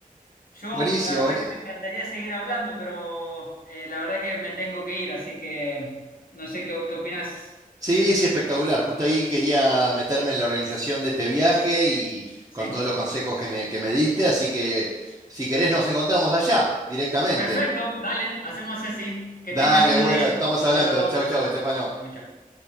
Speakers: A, on the left; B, on the right.
A: Yo,
B: Buenísimo.
A: la verdad
B: bueni-
A: que me encantaría seguir hablando, pero eh, la verdad que me tengo que ir, así que no sé qué, qué opinas.
B: Sí, sí, espectacular. Justo ahí quería meterme en la organización de este viaje y
A: Sí.
B: con todos los consejos que me, que me diste, así que si querés nos encontramos allá directamente.
A: Perfecto, dale, hacemos así. Que
B: Dale,
A: tenga lindo
B: bueno,
A: día.
B: estamos
A: Hasta
B: hablando.
A: luego.
B: Chau, chau, Estefano.
A: Chau, chau.